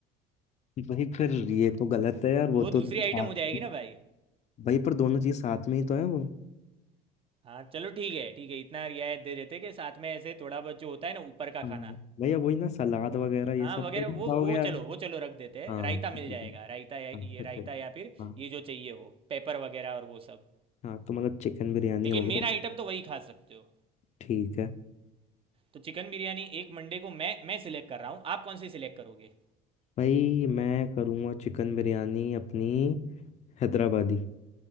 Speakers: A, on the left; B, on the right.
A: भाई फिर ये तो गलत है यार वो
B: तो वो
A: तो
B: दूसरी
A: साथ
B: आइटम हो जाएगी ना भाई
A: भाई पर दोनों चीज साथ में ही तो है वो
B: हाँ चलो ठीक है ठीक है इतना रियायत दे देते कि साथ में ऐसे थोड़ा बहुत जो होता है ना ऊपर का
A: हाँ
B: खाना
A: भैया वही ना सलाद वगैरह
B: हाँ
A: ये सब
B: वगैरह
A: तो नहीं
B: वो
A: खाओगे
B: वो
A: यार
B: चलो वो चलो रख देते हैं
A: हाँ
B: रायता मिल
A: ठीक
B: जाएगा
A: है, ठीक है,
B: रायता या ये
A: हाँ ठीक
B: रायता
A: है,
B: या फिर
A: हाँ
B: ये जो चाहिए हो पेपर वगैरह और वो सब
A: हाँ तो मतलब चिकन बिरयानी
B: लेकिन
A: हो गया
B: मेन आइटम तो वही खा सकते हो
A: ठीक है
B: तो चिकन बिरयानी एक मंडे को मैं मैं सिलेक्ट कर रहा हूँ आप कौन सी सिलेक्ट करोगे
A: भाई मैं करूँगा चिकन बिरयानी अपनी हैदराबादी